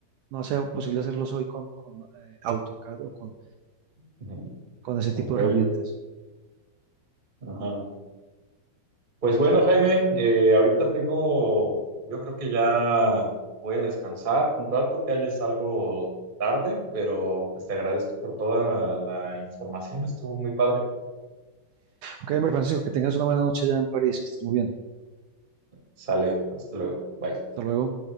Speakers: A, on the right; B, on the right.
A: no sea posible hacerlos hoy con, con eh, AutoCAD o con,
B: Ujú. <laughs>
A: con ese tipo
B: Un Revit.
A: de herramientas.
B: Ajá. Pues bueno, Jaime, eh, ahorita tengo, yo creo que ya voy a descansar un rato, que ya es algo tarde, pero pues te agradezco por toda la información, estuvo muy padre.
A: Ok, hombre Francisco, que tengas una buena noche ya en París, que estés muy bien.
B: Sale, hasta luego, bye.
A: Hasta luego.